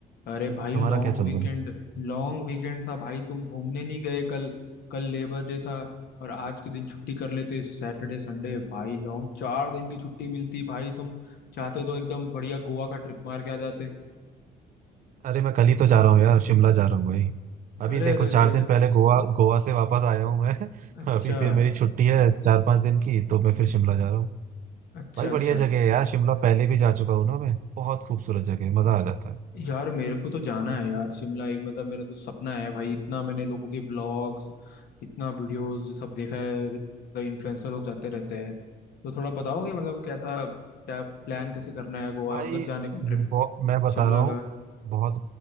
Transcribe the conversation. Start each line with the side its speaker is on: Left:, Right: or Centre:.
Left: अरे भाई
Right: तुम्हारा
Left: लॉन्ग
Right: क्या चल
Left: वीकेंड
Right: रहा है
Left: लॉन्ग वीकेंड था भाई तुम घूमने नहीं गए कल कल लेबर डे था और आज के दिन छुट्टी कर लेते सैटरडे संडे भाई लॉन्ग चार दिन की छुट्टी मिलती भाई तुम चाहते तो एकदम बढ़िया गोवा का ट्रिप मार के आ जाते
Right: अरे मैं कल ही तो जा रहा हूँ यार शिमला जा रहा हूँ भाई अभी
Left: अरे
Right: देखो
Left: अरे
Right: चार
Left: अरे
Right: दिन पहले गोवा गोवा से वापस आया हूँ मैं <laughs>
Left: अच्छा
Right: अभी फिर मेरी छुट्टी है चार पांच दिन की तो मैं फिर शिमला जा रहा हूँ
Left: अच्छा
Right: भाई बढ़िया
Left: अच्छा
Right: जगह
Left: अच्छा
Right: है यार शिमला पहले भी जा चुका हूँ ना मैं बहुत खूबसूरत जगह है मजा आ जाता है
Left: यार मेरे को तो जाना है यार शिमला एक मतलब मेरा तो सपना है भाई इतना मैंने लोगों के ब्लॉग्स इतना वीडियोस सब देखा है मतलब इन्फ्लुएंसर लोग जाते रहते हैं तो थोड़ा बताओगे मतलब कैसा क्या प्लान कैसे करना है गोवा
Right: भाई
Left: उधर जाने का
Right: बहु-
Left: ट्रिप
Right: मैं बता
Left: शिमला
Right: रहा हूँ
Left: का
Right: बहुत